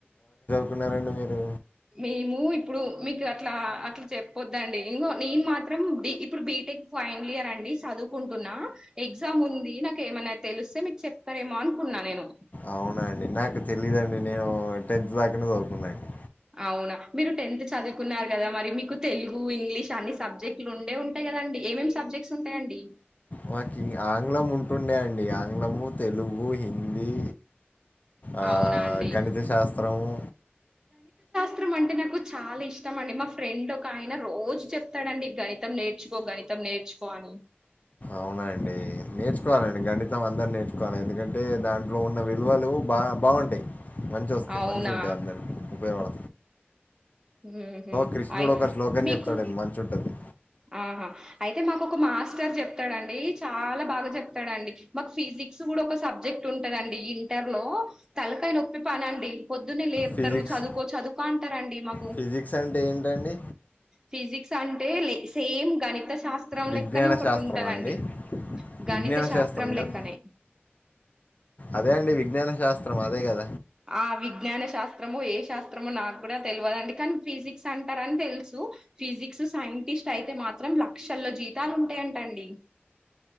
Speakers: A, on the left; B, on the right.
A: కున్నారండి మీరు?
B: మేము ఇప్పుడు మీకు అట్లా అట్ల చెప్పపోద్దండి ఇంగో నేను మాత్రం బి ఇప్పుడు బి నిక్ ఫైన్లియర్ అండి చదువుకుంటున్నా, ఎగ్జామ్ ఉంది నాకు ఏమైనా తెలిస్తే మీకు చెప్తరేమో అనుకున్న నేను
A: అవునా అండి నాకు తెలియదండి నేను టెన్త్ దాకనే చదువుకున్న అండి.
B: అవునా మీరు టెన్త్ చదువుకున్నారు కదా మరి మీకు తెలుగు, ఇంగ్లీష్ అన్ని సబ్జెక్టులు ఉండే ఉంటాయి కదా అండి! ఏమేం సబ్ బ్జెక్ట్స్ ఉంటాయండి?
A: మాకు ఆంగ్లం ఉంటుండే అండి ఆంగ్లము, తెలుగు, హిందీ ఆ
B: అవునా అండి
A: గణిత శాస్త్రము
B: త్రం అంటే నాకు చాలా ఇష్టం అండి మా ఫ్రెండ్ ఒక ఆయన రోజు చెప్తడండి గణితం నేర్చుకో గణి తం నేర్చుకో అనీ
A: అవునా అండి నేర్చుకోవాలండి గణితం అందరు నేర్చుకోవాలి, ఎందుకంటే దాంట్లో ఉన్న విలువలు బా వుంటాయి మంచిగ వస్తాయి,
B: అవునా
A: మంచిగ ఉంటాయి అందరు ఉపయోగపడ
B: హ్మ్ హు
A: కృష్ణుడు
B: అయ్
A: ఒక శ్లోకం
B: మీకు
A: చెప్తాడండి మంచుంటది.
B: ఆ హాఁ అయితే మాకు ఒక మాస్టర్ చెప్తడండి చాల బాగ చెప్తడండి. మాకు ఫిజిక్స్ కూడ ఒక సబ్జెక్ట్ ఉంటందండి ఇంటర్ లో, తలకాయ నొప్పి పనండి పొ ద్దునే లేప్తరు
A: ఫిజిక్స్
B: చదువుకో చదువుకో అంటారంండి మాక్
A: ఫిజిక్స్ అంటే ఏంటండి?
B: ఫిజిక్స్ అంటే సేమ్ గణిత శాస్త్రం
A: విజ్ఞాన
B: లెక్కనే ఒకటి
A: శాస్త్రమా
B: ఉంటదండి.
A: అండి?
B: గణిత
A: విజ్ఞాన
B: శాస్త్రం లెక్కనే,
A: కదా! అదే అండి విజ్ఞాన శాస్త్రం అదే కదా!
B: ఆ వి జ్ఞాన శాస్త్రమో ఏ శాస్త్రమో నాకు కూడా తెలవదండి కానీ ఫిజిక్స్ అంటారని తెలుసు ఫిజిక్స్ సైంటిస్ట్ అయితే మాత్రం లక్షల్లో జీతాలు ఉంటాయంటండి